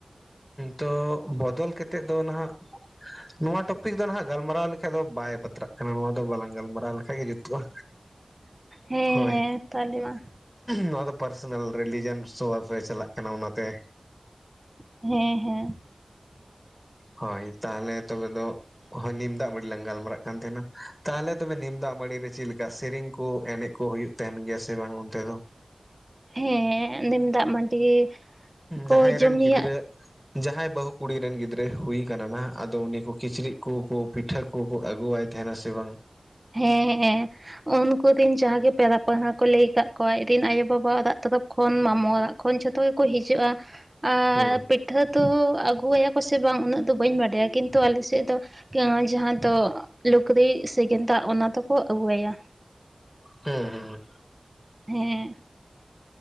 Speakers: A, in the centre; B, on the right.
A: ᱛᱚ ᱵᱚᱫᱚᱞ ᱠᱟᱛᱮᱫ ᱫᱚ ᱱᱟᱦᱟᱜ ᱱᱚᱣᱟ ᱴᱚᱯᱤᱠ ᱫᱚ ᱱᱟᱦᱟᱜ ᱜᱟᱞᱢᱟᱨᱟᱣ ᱞᱮᱠᱷᱟᱡ ᱫᱚ ᱵᱟᱭ ᱵᱟᱛᱨᱟᱜ ᱠᱟᱱᱟ ᱱᱚᱣᱟ ᱫᱚ ᱵᱟᱞᱟᱝ ᱜᱟᱞᱢᱟᱨᱟᱣ ᱞᱮᱠᱷᱟᱡ ᱜᱮ ᱡᱩᱛᱩᱜᱼᱟ᱾
B: ᱦᱮᱸ
A: ᱦᱳᱭ᱾
B: ᱦᱮᱸ ᱛᱟᱦᱚᱞᱮ ᱢᱟ
A: ᱱᱚᱣᱟ ᱫᱚ ᱯᱟᱨᱥᱳᱱᱟᱞ ᱨᱤᱞᱤᱡᱤᱭᱚᱱ ᱥᱳ ᱟᱯ ᱨᱮ ᱪᱟᱞᱟᱜ ᱠᱟᱱᱟ ᱚᱱᱟ ᱛᱮ
B: ᱦᱮᱸ, ᱦᱮᱸ᱾
A: ᱦᱳᱭ ᱛᱟᱦᱚᱞᱮ ᱛᱚᱵᱮ ᱫᱚ ᱦᱳᱭ ᱱᱤᱢ ᱫᱟᱜ ᱢᱟᱹᱲᱤ ᱞᱟᱝ ᱜᱟᱞᱢᱟᱨᱟᱜ ᱠᱟᱱ ᱛᱟᱦᱮᱱᱟ ᱛᱟᱦᱚᱞᱮ ᱛᱚᱵᱮ ᱱᱤᱢ ᱫᱟᱜ ᱢᱟᱹᱲᱤ ᱨᱮ ᱪᱮᱫ ᱞᱮᱠᱟ ᱥᱮᱨᱮᱧ ᱠᱚ ᱮᱱᱮᱡ ᱠᱚ ᱦᱩᱭᱩᱜ ᱛᱟᱦᱮᱱ ᱜᱮᱭᱟ ᱥᱮ ᱵᱟᱝ ᱚᱱᱛᱮ ᱫᱚ?
B: ᱦᱮᱸ ᱱᱤᱢ ᱫᱟᱜ ᱢᱟᱹᱰᱤ ᱠᱚ
A: ᱡᱟᱦᱟᱸᱭ
B: ᱡᱚᱢ
A: ᱨᱮᱱ
B: ᱧᱩᱭᱟᱜ
A: ᱜᱤᱫᱽᱨᱟᱹ ᱡᱟᱦᱟᱸᱭ ᱵᱟᱹᱦᱩ ᱠᱩᱲᱤ ᱨᱮᱱ ᱜᱤᱫᱽᱨᱟᱹ ᱦᱩᱭ ᱠᱟᱱᱟ ᱱᱟᱦᱟᱜ ᱟᱫᱚ ᱩᱱᱤ ᱠᱩ ᱠᱤᱪᱨᱤᱡ ᱠᱚᱠᱚ ᱯᱤᱴᱷᱟᱹ ᱠᱚᱠᱚ ᱟᱹᱜᱩᱣᱟᱭ ᱛᱟᱦᱮᱱᱟ ᱥᱮ ᱵᱟᱝ?
B: ᱦᱮᱸ, ᱦᱮᱸ᱾ ᱩᱱᱠᱩ ᱨᱤᱱ ᱡᱟᱦᱟᱸ ᱜᱮ ᱯᱮᱲᱟ ᱯᱟᱹᱲᱦᱟᱹ ᱠᱚ ᱞᱟᱹᱭ ᱟᱠᱟᱫ ᱠᱚᱣᱟ ᱟᱡ ᱨᱮᱱ ᱟᱭᱳ-ᱵᱟᱵᱟ ᱚᱲᱟᱜ ᱛᱚᱨᱚᱯ ᱠᱷᱚᱱ ᱢᱟᱢᱚ ᱚᱲᱟᱜ ᱠᱷᱚᱱ ᱡᱷᱚᱛᱚ ᱜᱮᱠᱚ ᱦᱤᱡᱩᱜ-ᱟ᱾ ᱟᱨ
A: ᱦᱩᱸ
B: ᱯᱤᱴᱷᱟᱹ ᱫᱚ ᱟᱹᱜᱩᱣᱟᱭᱟ ᱠᱚ ᱥᱮ ᱵᱟᱝ ᱩᱱᱟᱹᱜ ᱫᱚ ᱵᱟᱧ ᱵᱟᱰᱟᱭᱟ ᱠᱤᱱᱛᱩ ᱟᱞᱮ ᱥᱮᱫ ᱫᱚ ᱡᱟᱦᱟᱸ ᱫᱚ ᱞᱩᱠᱲᱤᱡ ᱥᱮ ᱜᱮᱸᱫᱟᱜ ᱚᱱᱟ ᱫᱚᱠᱚ ᱟᱜᱩ ᱟᱭᱟ᱾
A: ᱦᱩᱸ, ᱦᱩᱸ᱾
B: ᱦᱮᱸ᱾